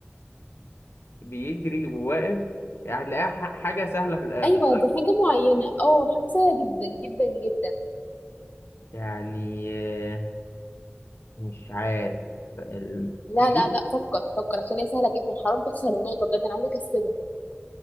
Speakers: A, on the left; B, on the left.
A: بيجري وواقف يعني هتلاقيها ح- حاجه سهله في الاخر
B: ايوه
A: صح
B: دي حاجة معينة اه حاجة سهلة جدا جدا جدا
A: يعني آه، مش عارف ال-
B: لا
A: بيجري
B: لا لا فكر فكر عشان هي سهلة جدا حرام تخسر النقطة بجد انا عايزة اكسبها